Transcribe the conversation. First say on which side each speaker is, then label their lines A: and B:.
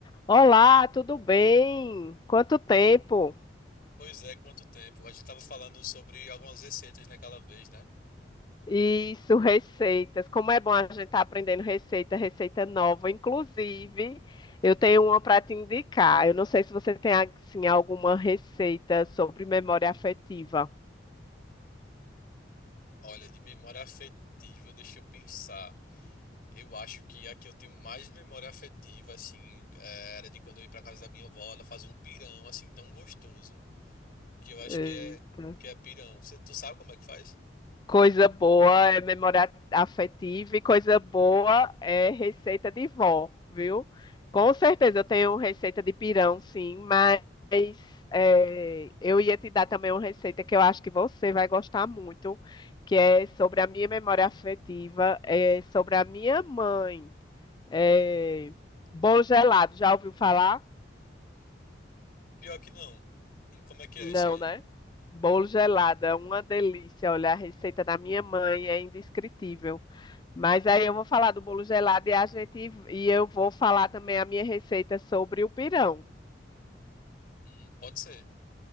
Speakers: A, on the left; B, on the left.
A: Olá, tudo bem? Quanto tempo?
B: Pois é, quanto tempo. A gente tava falando sobre algumas receitas naquela vez, né?
A: Isso, <laughs> receitas. Como é bom a gente estar aprendendo receita, receita nova. Inclusive, eu tenho uma para te indicar. Eu não sei se você tem assim, alguma receita sobre memória afetiva.
B: Olha, de memória afetiva, deixa eu pensar. Eu acho que a que eu tenho mais memória afetiva, assim, é, era de quando eu ia pra casa da minha avó, ela fazia um pirão, assim, tão gostoso, que eu acho
A: Eita.
B: que é, que é pirão. Cê- tu sabe como é que faz?
A: Coisa boa é memória afetiva e coisa boa é receita de vó, viu? Com certeza eu tenho receita de pirão, sim, mas é, eu ia te dar também uma receita que eu acho que você vai gostar muito, que é sobre a minha memória afetiva, é sobre a minha mãe. É, bolo gelado, já ouviu falar?
B: Pior que não. Hum, Como é que é
A: Não,
B: isso aí?
A: né? Bolo gelado é uma delícia. Olha, a receita da minha mãe é indescritível. Mas aí eu vou falar do bolo gelado e a gente e eu vou falar também a minha receita sobre o pirão,
B: Hum, pode ser.